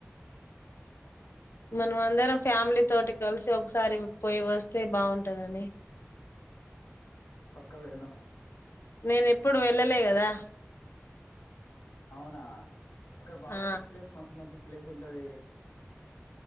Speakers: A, on the left; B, on the left.
A: మనమందరం ఫ్యామిలీ తోటి కలిసి ఒకసారి పోయి వస్తే బాగుంటందని
B: క్క వెళ్దాం
A: నేను ఎప్పుడు వెళ్ళలే గదా
B: అవునా క్కడ బాగుంటది
A: ఆ
B: ప్లేస్ మంచి మంచి ప్లేస్ ఉంటంది